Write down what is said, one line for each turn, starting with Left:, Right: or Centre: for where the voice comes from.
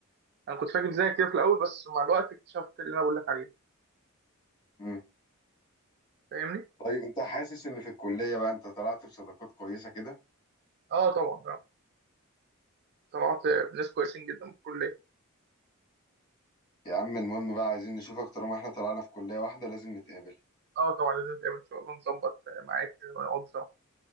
Right: انا كنت فاكر زيك كده في الاول بس مع الوقت اكتشفت اللي انا بقول لك عليه
Left: امم
Right: فاهمني
Left: طيب انت حاسس ان في الكلية بقى انت طلعت بصداقات كويسة كده
Right: اه طبعا آه. طلعت ناس كويسين جدا من الكلية
Left: يا عم المهم بقى عايزين نشوفك طالما احنا طلعنا في كلية واحدة لازم نتقابل
Right: اه طبعا لازم نتقابل ان شاء الله نظبط ميعاد كده ونقعد سوا